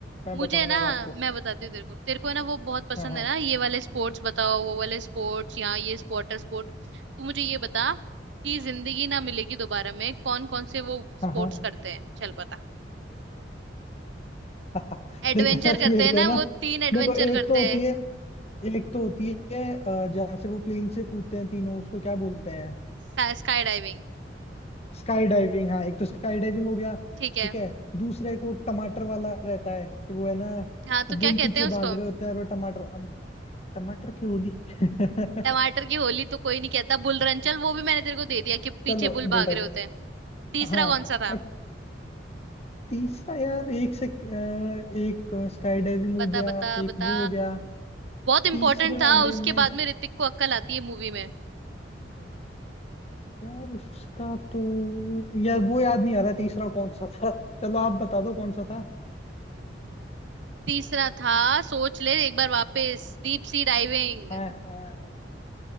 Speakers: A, on the left (about 35°); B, on the right (about 80°).
A: मैं
B: मुझे
A: बताऊंगा
B: ना
A: अब आपको
B: मैं बताती हूँ तेरे को तेरे को है ना वो बहुत पसंद
A: हाँ हाँ
B: है ना ये वाले स्पोर्ट्स बताओ वो वाले स्पोर्ट्स या ये वाटर स्पोर्ट तू मुझे ये बता कि जिंदगी ना मिलेगी दोबारा में कौन कौन से वो स्पोर्ट्स
A: हाँ हाँ
B: करते हैं चल बता
A: <laughs>
B: एडवेंचर
A: देखो यार
B: करते
A: मेरे
B: हैं
A: को
B: ना
A: है ना
B: वो तीन एडवेंचर
A: देखो एक
B: करते
A: तो होती है एक तो होती है अ, जहाँ से वो प्लेन से कूदते हैं तीनों उसको क्या बोलते हैं
B: हैं Sky diving
A: स्काई डाइविंग हाँ एक तो स्काई डाइविंग हो गया
B: ठीक है
A: ठीक है दूसरा एक वो टमाटर वाला रहता है कि वो है ना
B: हाँ तो क्या
A: बुल
B: कहते
A: पीछे
B: हैं उसको
A: भाग रहे होते हैं और वो टमाटर अब टमाटर की होली <laughs>
B: टमाटर की होली तो कोई नहीं कहता बुल रन चल वो भी मैंने तेरे को दे दिया कि पीछे
A: चलो
B: बुल
A: बोल
B: भाग
A: रहा
B: रहे होते हैं तीसरा
A: हाँ
B: कौन सा था
A: और तीसरा यार एक से अ, एक स्काई डाइविंग हो
B: बता
A: गया
B: बता
A: एक
B: बता
A: वो हो गया
B: बहुत इंपॉर्टेंट
A: तीसरे वाले
B: था उसके
A: में
B: बाद में ऋतिक को अक्कल आती है मूवी में
A: यार उसका तो यार वो याद नहीं आ रहा तीसरा कौन सा था <laughs> चलो आप बता दो कौन सा था
B: तीसरा था सोच ले एक बार वापस डीप सी डाइविंग
A: अ-